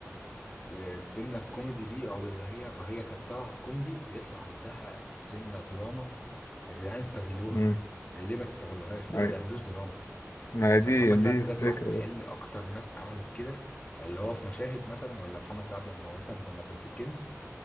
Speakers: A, on the left; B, on the left.
A: آه، سنة الكوميدي دي او اللي هي وهي كانت طالعة الكوميدي بيطلع عندها سنة دراما يا جدعان استغلوها
B: أمم،
A: ليه ليه ما تستغلوهاش ليه
B: أي
A: ما تعملوش دراما
B: ما هي دي
A: محمد
B: دي
A: سعد بجد
B: فكرة
A: واحمد
B: بقى.
A: حلمي اكتر ناس عملت كده اللي هو في مشاهد مثلا ولا محمد سعد لما هو مثلا لما كان في الكنز